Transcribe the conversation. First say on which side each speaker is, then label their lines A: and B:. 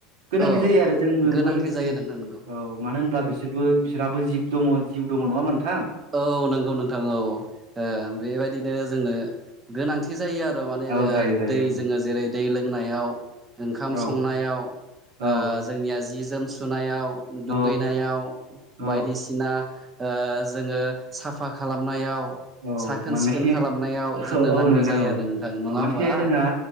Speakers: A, on the right (about 80°); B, on the right (about 25°).
A: गोनांथि
B: औ
A: जायो आरो जोंजोंबो
B: गोनांथि
A: लोगोसे
B: जायो नोंथां नोंगौ
A: औ मानो होनब्ला बिसोरबो बिसोरहाबो जिब दङ जिउ दङ नङा होमबा नोंथां
B: औ नोंगौ नोंथां औ ओ बेबाय बिदिनो जोंनो गोनांथि जायो आर माने
A: औ
B: ओ
A: जायो जायो
B: दै
A: औ
B: जोङो जेरै दै लोंनायाव ओंखाम
A: औ
B: संनायाव
A: औ
B: ओ जोंनिया जि जोम सुनायाव
A: औ
B: दुगैनायाव
A: औ
B: बायदिसिना ओ जोङो साफा खालामनायाव
A: औ
B: साखोन
A: माने
B: सिखोन खालामनायाव
A: औ
B: जोंनो
A: औ
B: नांगौ
A: नोंथां
B: जायो
A: औ
B: आरो नोंथां नङा
A: औ माने
B: होमबा।
A: जोंहा